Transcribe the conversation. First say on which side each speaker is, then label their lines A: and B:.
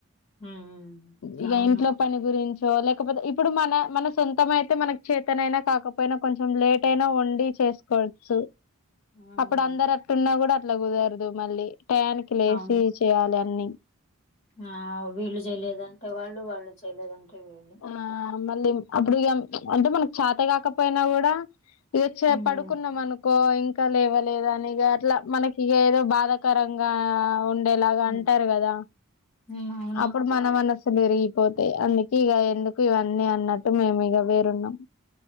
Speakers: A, on the left; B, on the left.
A: హ్మ్.
B: ఇగ
A: అవును.
B: ఇంట్లో పని గురించో లేకపోతే ఇప్పుడు మన మన సొంతమయితే మనకి చేతనయినా కాక పోయినా కొంచెం లేట్ అయినా వండి చేసుకోచ్చు
A: హ్మ్.
B: అప్పుడు అందరు అట్టు ఉన్న కూడా లా కుదరదు మళ్ళీ టయనికి లేసి
A: అవును.
B: చేయాలి అన్ని
A: ఆ వీళ్ళు చేయలేదంటే వాళ్ళు వాళ్ళు చేయలేదంటే వీళ్ళు
B: ఆ మళ్ళీ అప్పుడు ఇగ అంటే మనకి చాత గాకపోయినా కూడా ఇదొచ్చె
A: హ్మ్.
B: పడుకున్నాం అను కో ఇంకా లేవలేదా అని ఇగ అట్లా మనకి ఇగ ఏదో బాధాకరంగా ఉండే ఇలాగ
A: హ్మ్.
B: అంటారు కదా
A: హ్మ్. అవును.
B: అప్పుడు మ మన మనసులు ఇరిగిపోతాయి అందుకే ఇగ ఎందుకు ఇవన్నీ అన్నట్టు మేము ఇగ వేరున్నాం